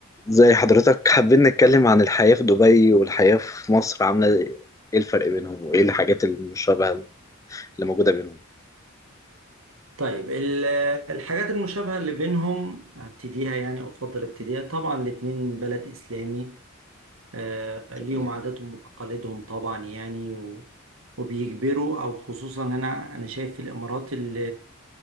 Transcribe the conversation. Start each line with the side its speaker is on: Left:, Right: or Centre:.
Left: زي حضرتك حابين نتكلم عن الحياة في دبي والحياة في مصر عاملة ايه إيه الفرق بينهم وايه الحاجات المشابهة اللي موجودة بينهم
Right: طيب ال- الحاجات المشابهة اللي بينهم هبتديها يعني أو أفضل ابتديها طبعا الاتنين بلد إسلامي آه، ليهم
Left: تمام
Right: عاداتهم وتقاليدهم طبعا يعني و- وبيجبروا أو خصوصا هنا أنا شايف في الإمارات ال-